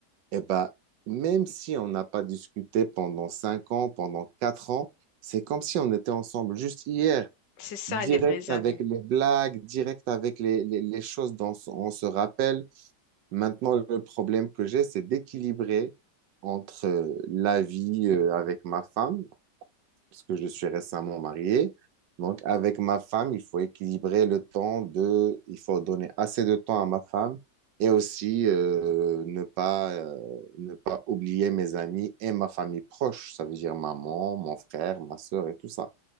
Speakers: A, on the right; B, on the left.
A: eh bah, même si on n'a pas discuté pendant cinq ans, pendant quatre ans, c'est comme si on était ensemble juste hier,
B: C'est ça,
A: direct
B: les vrais
A: avec
B: amis.
A: les blagues, direct avec les, les, les choses dont on se rappelle. Maintenant, le problème que j'ai, c'est d'équilibrer entre euh, la vie euh, avec ma femme, parce que je suis récemment marié. Donc, avec ma femme, il faut équilibrer le temps de, il faut donner assez de temps à ma femme et aussi euh, ne pas, euh, ne pas oublier mes amis et ma famille proche, ça veut dire maman, mon frère, ma sœur et tout ça.